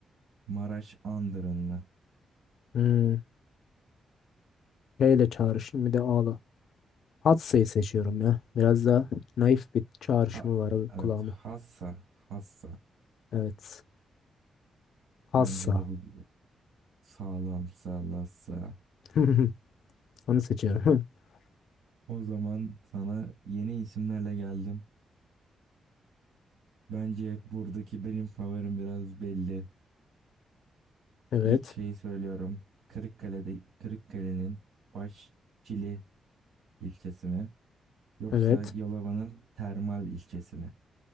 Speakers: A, on the right; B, on the left.
A: Maraş Andırın mı?
B: Hmm, P ile çağrışım bir de A'la. Hatsa'yı seçiyorum ya. Biraz daha naif bir çağrışımı
A: Ha,
B: var
A: evet
B: kulağıma.
A: Hassa Hassa.
B: Evet. Hassa.
A: Bence de bu sağlam sağlassa.
B: <laughs> Onu seçiyorum. <laughs>
A: O zaman sana yeni isimlerle geldim. Bence buradaki benim favorim biraz belli.
B: Evet.
A: İlk şeyi söylüyorum. Kırıkkale'de Kırıkkale'nin Başçili ilçesi mi? Yoksa
B: Evet.
A: Yalova'nın Termal ilçesi mi?